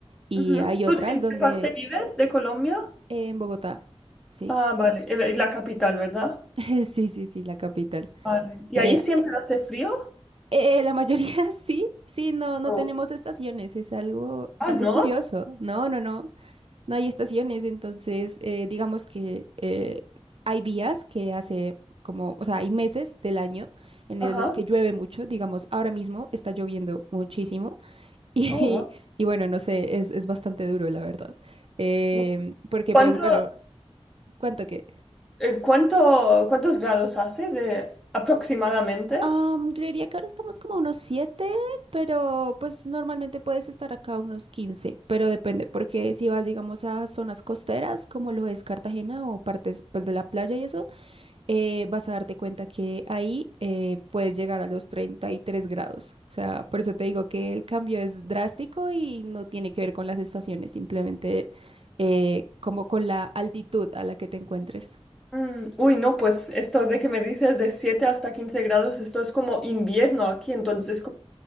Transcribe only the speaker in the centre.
Ujú.
¿Tú
¿En
qué parte vives de Colombia?
Ah, vale, eh, la capital, ¿verdad?
Vale. ¿Y
ahí siempre hace frío?
Oh.
Ah,
¿no?
Ajá.
Oh, wow.
Wow.
¿Cuánto,
eh, cuánto, cuántos grados hace de aproximadamente?
Mm, uy, no, pues esto de que me dices de 7 hasta 15 grados, esto es como invierno aquí, entonces como